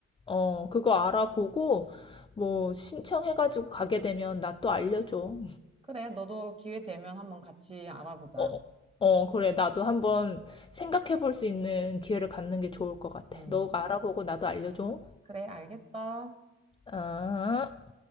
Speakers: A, on the left (about 15°); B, on the right (about 20°).
A: 어, 그거 알아보고, 뭐, 신청해가지고 가게 되면 나 또 알려줘.
B: 음, 그래, 너도 기회 되면 한번 같이 알아보자.
A: 어, 어, 그래. 나도 한번 생각해 볼 수 있는 기회를 갖는 게 좋을 것 같아.
B: 음,
A: 너가 알아보고 나도 알려줘.
B: 그래, 알겠어.
A: 아.